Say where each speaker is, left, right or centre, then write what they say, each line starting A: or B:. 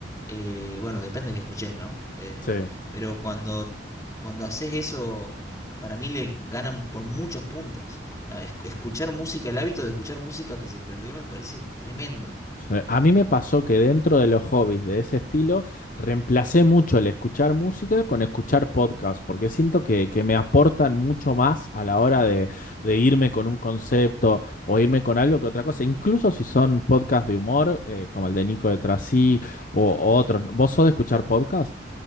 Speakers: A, on the left; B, on the left.
A: eh, bueno, depende de que escuches, ¿no? Eh,
B: Sí.
A: pero cuando, cuando haces eso, para mí le ganan por muchos puntos. La- es- escuchar música, el hábito de escuchar música que se perdió me parece tremendo.
B: Sí, A mí me pasó que dentro de los hobbies de ese estilo, reemplacé mucho el escuchar música con escuchar podcast, porque siento que, que me aportan mucho más a la hora de, de irme con un concepto o irme con algo que otra cosa, incluso si son podcasts de humor, eh, como el de Nico de Trasí o, o otros. ¿Vos sos de escuchar podcast?